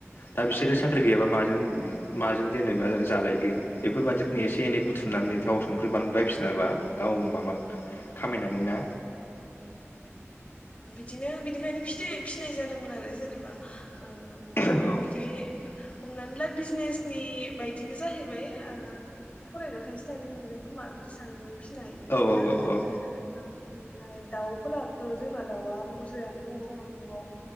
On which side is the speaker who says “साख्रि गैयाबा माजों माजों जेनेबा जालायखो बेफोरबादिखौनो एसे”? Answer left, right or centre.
Left